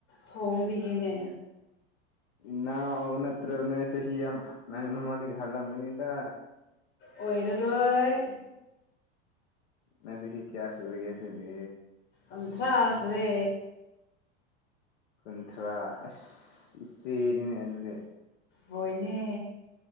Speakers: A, on the left (about 35°); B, on the left (about 80°).
A: ꯊꯣꯡꯕꯤꯒꯅꯦ
B: ꯏꯟꯅ ꯅꯠꯇ꯭ꯔꯕꯅꯤꯁ ꯍ ꯌꯥꯝ ꯅꯪ ꯅꯉꯣꯟꯒ ꯍꯜꯂꯂꯝꯒꯅꯤꯗ
A: ꯑꯣꯏꯅꯗꯣꯏ
B: ꯉꯁꯁꯤ ꯀꯌꯥꯁꯤ ꯎꯔꯒꯦꯗꯨꯂꯦ
A: ꯑꯟꯊꯔꯥꯁ ꯔ
B: ꯀꯨꯟꯊ꯭ꯔꯥ ꯑꯁ ꯏꯆꯦꯅꯤꯅꯦ ꯑꯗꯨꯗꯤ
A: ꯍꯣꯏꯅꯦ